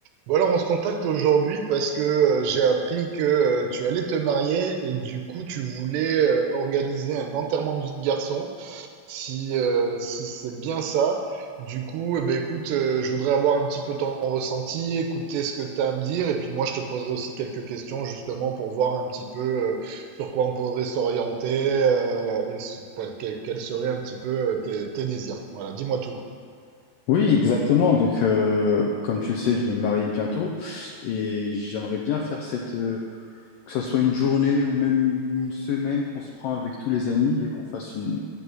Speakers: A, on the right (about 80°); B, on the left (about 80°).
A: Bon alors on se contacte aujourd'hui parce que euh, j'ai appris que euh, tu allais te marier et du coup tu voulais euh, organiser un enterrement de vie de garçon, si, euh, si c'est bien ça. Du coup, eh ben, écoute, euh, je voudrais avoir un petit peu ton ressenti, écouter ce que tu as à me dire et puis moi je te poserai aussi quelques questions justement pour voir un petit peu euh, sur quoi on pourrait s'orienter euh, et ce- quels seraient un petit peu euh, tes, tes désirs. Voilà, dis-moi tout.
B: Oui, exactement. Donc, euh, comme tu le sais, je vais me marier bientôt et j'aimerais bien faire cette, euh, que ce soit une journée ou même une semaine qu'on se prend avec tous les amis et qu'on fasse une,